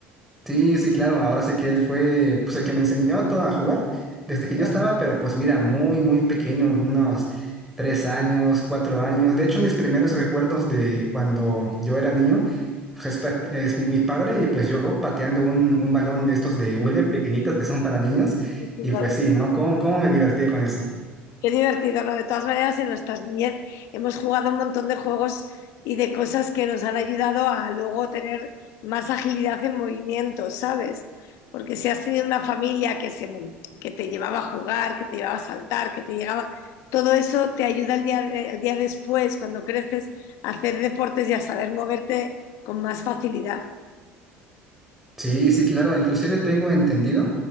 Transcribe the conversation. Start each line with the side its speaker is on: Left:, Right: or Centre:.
Centre: Sí, sí, claro. Ahora sí que él fue pues, el que me enseñó todo a jugar desde que yo
Left: Ya,
Centre: estaba, pero pues mira, muy, muy pequeño, unos tres años, cuatro años. De hecho, mis primeros recuerdos de cuando yo era niño, pues, es, pa- es mi, mi padre y pues yo pateando un, un balón de estos de hule pequeñitos que son para niños.
Left: sí, sí,
Centre: Y
Left: vale.
Centre: pues sí, ¿no? ¿Cómo, cómo me divertía con eso?
Left: Qué divertido, ¿no? De todas maneras, en nuestra niñez hemos jugado un montón de juegos y de cosas que nos han ayudado a luego tener más agilidad en movimiento, ¿sabes? Porque si has tenido una familia que, se, que te llevaba a jugar, que te llevaba a saltar, que te llegaba, todo eso te ayuda el día, el día después, cuando creces, a hacer deportes y a saber moverte con más facilidad.
Centre: Sí, sí, claro. Inclusive tengo entendido